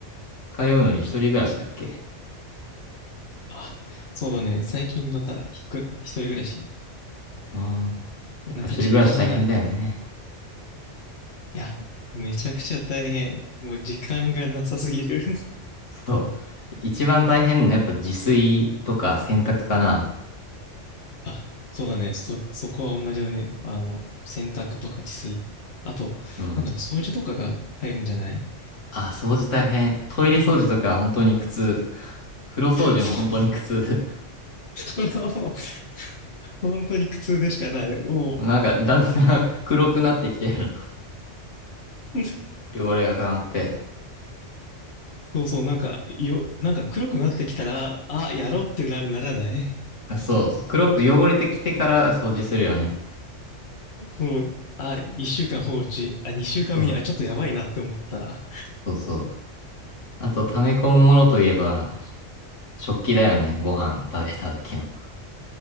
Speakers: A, on the left; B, on the left.
A: 通うのに一人暮らしだっけ
B: <laughs> あ、そうだね。最近また引っ越り、一人暮らし。
A: あん。やっぱ一人暮らし大変だよね。
B: なんか実家離れて。いや、めちゃくちゃ大変。もう時間がなさすぎる。
A: そう。一番大変なのやっぱ自炊とか洗濯かな。
B: <laughs> あ、そうだね。そ、そこは同じだね。あの、洗濯とか自炊。あと、
A: うん。
B: なんだろう、掃除とかが入るんじゃない
A: あ、掃除大変。トイレ掃除とか本当に苦痛。風呂掃除も本当に苦痛。
B: そう <laughs> 本当に苦痛でしかない。も
A: <laughs> なんかだんだん <laughs> 黒くなってきてる
B: う、
A: の。汚れが溜まって。
B: そうそう、なんか、よ、なんか黒くなってきたら、あ、やろうってな、ならない
A: あそう。黒く汚れてきてから掃除するよね。
B: そう。あ、一週間放置。あ、二週間目に、
A: そう、
B: あ、ちょっとやばいなって思ったら、
A: そうそう。あと溜め込むものといえば、食器だよね。ご飯食べた時の。